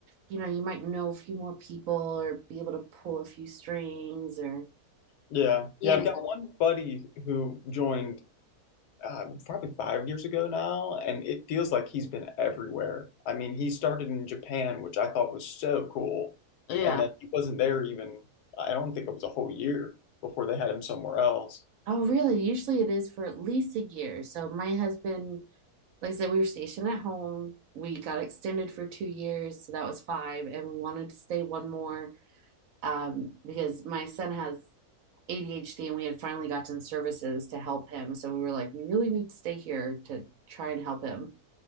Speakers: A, on the right; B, on the left.
A: you know, you might know a few more people or be able to pull a few strings or.
B: Yeah. Yeah, I've Yeah. got one buddy who joined uh, probably five years ago now, and it feels like he's been everywhere. I mean, he started in Japan, which I thought was so cool. And Yeah. then he wasn't there even, I don't think it was a whole year before they had him somewhere else.
A: Oh, really? Usually it is for at least a year. So my husband like I said, we were stationed at home. We got extended for two years, so that was five, and we wanted to stay one more um, because my son has ADHD, and we had finally gotten services to help him. So we were like, we really need to stay here to try and help him.